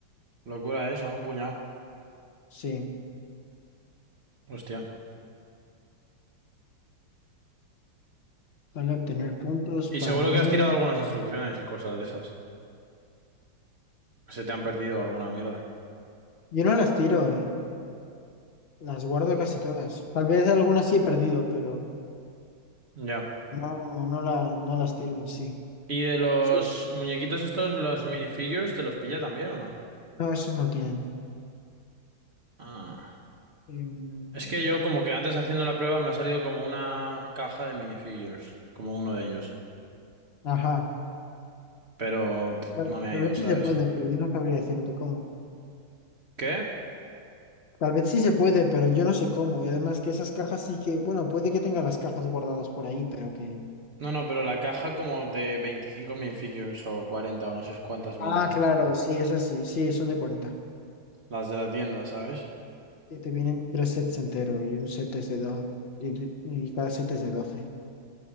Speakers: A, on the right; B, on the left.
A: Locura eso, un puñado.
B: Sí,
A: Hostia.
B: vale obtener puntos
A: Y
B: para
A: seguro
B: mí.
A: que has tirado algunas instrucciones y cosas de esas. Que se te han perdido alguna mierda.
B: Yo no las tiro, ¿eh? Las guardo casi todas. Tal vez algunas sí he perdido, pero
A: Ya.
B: no, no, la, no las tiro en sí.
A: ¿Y de los
B: Sí,
A: muñequitos estos, los minifigures, te los pilla también o no?
B: No, esos no tienen.
A: Ah.
B: Em,
A: Es que yo como que antes haciendo la prueba me ha salido como una caja de minifigures, como uno de ellos.
B: ajá.
A: Pero pff,
B: Tal
A: no me ha
B: tal
A: ido,
B: vez sí
A: ¿sabes?
B: se puede, pero yo no sabría decirte cómo.
A: ¿Qué?
B: Tal vez sí se puede, pero yo no sé cómo. Y además que esas cajas sí que, bueno, puede que tenga las cajas guardadas por ahí, pero que...
A: No, no, pero la caja como de 25 minifigures o 40 o no sé cuántas vienen.
B: Ah, claro, sí, esas sí, sí, son de cuarenta
A: Las de la tienda, ¿sabes?
B: Sí, Te vienen tres sets entero y un set es de dos, y, de- y cada set es de doce